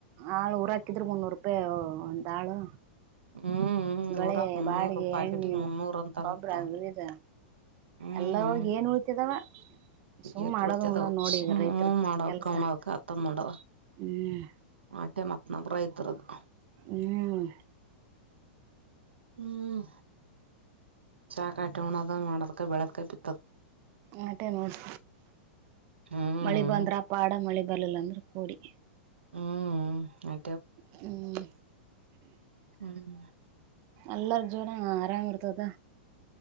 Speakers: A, on the right; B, on the right.
A: ಆಳು ಊರಾಕಿದ್ರರು ಮುನ್ನೂರು ರೂಪಾಯಿ ಒಂದ ಆಳು
B: ಹ್ಮ್ ನೂರಾಕ್
A: ಳೆ <unintelligible>
B: ಮುನ್ನೂರು
A: ಬಾಡಿಗೆ
B: ಪಾಕೆಟಿಗೆ
A: ಎಣ್ಣೆ
B: ಮುನ್ನೂರ್ ಅಂತಾರಂತ
A: ಬಬ್ಬ್ರ ವಿಧ
B: ಹ್ಮ್
A: ಎಲ್ಲ ಹೋಗಿ ಏನ್ ಉಳ್ತಿದಾವ ಸುಮ್
B: ಏಟ್
A: ಮಾಡೋದು
B: ಉಳಿತದವು
A: ಹಣ ನೋಡಿ
B: ಸುಮ್
A: ಈಗ ರೈತ್ರದ
B: ಮಾಡವ
A: ಕೆಲ್ಸ
B: ಕವಣದಕ ಆತ್ತ ನೋಡವ
A: ಹ್ಮ್
B: ಆಟೆ ಮತ್ತ ನಮ್ಮ ರೈತರದು
A: ಹ್ಮ್
B: ಹ್ಮ್ ಚಾ ಕಟಿಣದ ಮಾಡದಕ ಬೆಳದಕಾಯ ಬಿ
A: ಆಟೇ ನೋಡ್
B: ಹ್ಮ್
A: ಮಳಿ ಬಂದ್ರ ಪಾಡ ಮಳಿ ಬರ್ಲಿಲ ಅಂದ್ರ ಕೋಡಿ
B: ಹ್ಮ್ ಆ
A: ಹ್ಮ್
B: ಹ್ಮ್
A: ಎಲ್ಲರ ಜೀವನ್ ಆರಾಮ್ ಇರ್ತದ